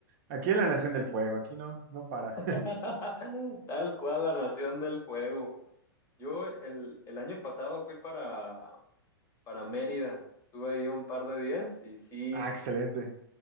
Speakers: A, on the right (about 45°); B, on the left (about 25°).
A: Aquí es la nación del fuego, aquí no, no para.
B: <laughs>
A: <laughs>
B: Tal cual la Nación del Fuego. Yo el, el año pasado fui para, para Mérida. Estuve ahí un par de días y sí,
A: Ah, excelente.